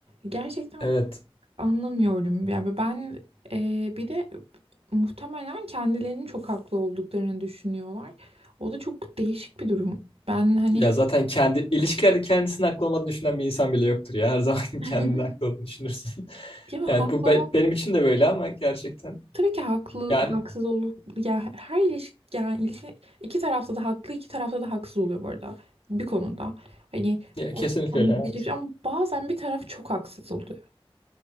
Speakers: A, on the right; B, on the left.
A: Gerçekten
B: Evet.
A: Anlamıyorum. Yani ben e, bir de muhtemelen kendilerinin çok haklı olduklarını düşünüyorlar. O da çok değişik bir durum. Ben hani
B: Ya zaten kendi ilişkilerde kendisini haklı olmadığını düşünen bir insan bile yoktur ya. Her zaman <laughs>
A: <laughs>
B: kendini haklı olduğunu düşünürsün. <laughs>
A: ya
B: Yani
A: haklı
B: bu be-
A: olan
B: benim için de böyle ama gerçekten
A: tabii ki haklı
B: yani
A: haksız olup ya her ilişki yani ilişki iki tarafta da haklı iki tarafta da haksız oluyor bu arada bir konuda. Hani
B: ya,
A: o,
B: kesinlikle
A: ama
B: öyle. evet.
A: bazen bir taraf çok haksız oluyor